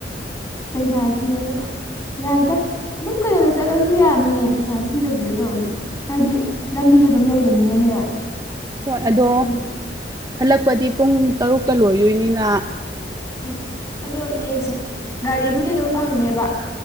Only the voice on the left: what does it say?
ꯄꯩꯁꯥ ꯊꯤꯔꯒꯗꯝ ꯌꯥꯏꯗ ꯑꯗꯨꯝ ꯀꯩꯅꯣꯗ ꯆꯠꯂꯁꯨ ꯌꯥꯅꯤꯌꯦ ꯄꯩꯁꯥ ꯊꯤꯗꯕꯤꯗ ꯇꯧꯔꯁꯨ ꯍꯥꯏꯗꯤ ꯂꯝꯕꯤꯗ ꯑꯗꯨꯝ ꯂꯩꯕꯅꯤꯅꯅꯦ
ꯑꯗꯨꯝ
ꯎꯝ ꯑꯗꯣ ꯌꯦꯡꯁꯦ ꯒꯥꯔꯤꯕꯨꯗꯤ ꯑꯗꯨꯝ ꯐꯪꯅꯦꯕ